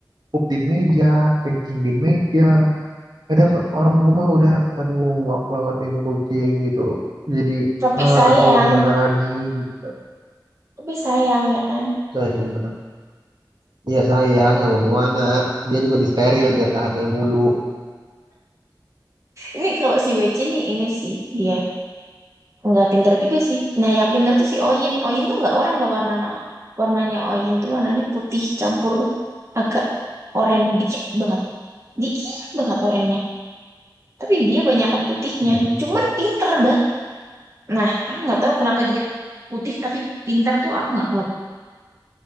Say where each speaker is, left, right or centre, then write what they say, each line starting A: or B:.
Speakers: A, on the right; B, on the right.
A: pup di meja kencing di meja kadang orang rumah udah aduh muak banget ini kucing gitu jadi
B: Tapi
A: ah
B: sayang.
A: nggak tahu mau gimana lagi gitu kan
B: Tapi sayang ya kan.
A: saya gimana iya sayang nggak mau gimana dia juga disteril biar nggak hamil mulu
B: Ini kalau si Weci ini, ini sih. Dia nggak pinter juga sih. Nah, yang pinter tuh si Oyin. Oyin tuh nggak oranye loh warnanya. Warnanya Oyin tuh warnanya putih campur agak oranye dikit banget. Dikit banget oranye Tapi dia banyakan putihnya.
A: Mm-mm.
B: Cuman pinter bang. Nah, aku nggak tahu kenapa dia putih tapi pinter tuh aku nggak tahu.